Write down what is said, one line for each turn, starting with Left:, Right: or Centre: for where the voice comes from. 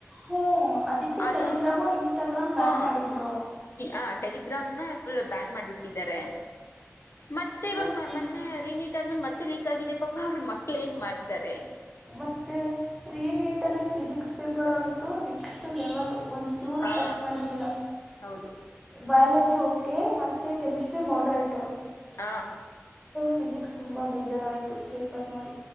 Centre: ಹ್ಞೂ ಅದಕ್ಕೆ
Left: ಅದು
Centre: ಟೆಲಿಗ್ರಾಮ್ು ಇನ್ಸ್ಟಾಗ್ರಾಮ್
Left: ಹಾ
Centre: ಬ್ಯಾನ್ ಮಾಡಿದ್ರು
Left: ಆ ಟೆಲಿಗ್ರಾಮ್ನ ಫುಲ್ ಬ್ಯಾನ್ ಮಾಡ್ಬಿಟ್ಟಿದ್ದಾರೆ ಮತ್ತೆ ಇವಾಗ
Centre: ಲೈಕ್
Left: ಮೊನ್ನೆ ೀನಿಟ್ ಆದ್ಮೇಲೆ ಮತ್ತೆ ಲೀಕ್ ಆಗಿದೆ ಪಾಪಾ ಅವರು ಮಕ್ಳ ಏನ್ ಮಾಡ್ತಾರೆ
Centre: ಮತ್ತೆ ಯ ನೀಟ್ ಅಲ್ಲಿ ಫಿಸಿಕ್ಸ್ ಪೇಪರ್ ಒಂದ್ ನೆಕ್ಸ್ಟ್ ಲೆವೆಲು ಒಂಚೂರು
Left: ಹಾ
Centre: ಟಚ್ ಮಾಡೋಂಗಿಲ್ಲ
Left: ಹೌದು
Centre: ಬಯಾಲಜಿ ಓಕೆ ಮತ್ತೆ ಕೆಮಿಸ್ಟ್ರಿ ಮಾಡರೇಟ್
Left: ಹಾ
Centre: ಫಿಸಿಕ್ಸ್ ತುಂಬಾ ಬೇಜಾರಾಯಿತು ಪೇಪರ್ ನೋಡಿ.